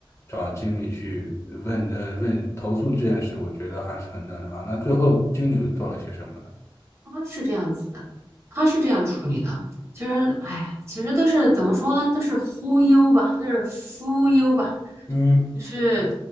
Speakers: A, on the left; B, on the right.
A: 找经理去问，呃，问投诉这件事，我觉得还是很正常。那最后经理又做了些什么呢？
B: 他是这样子的，他是这样处理的。其实，哎呀，其实都是怎么说呢？都是忽悠吧，就是忽悠吧，
A: 嗯
B: 就是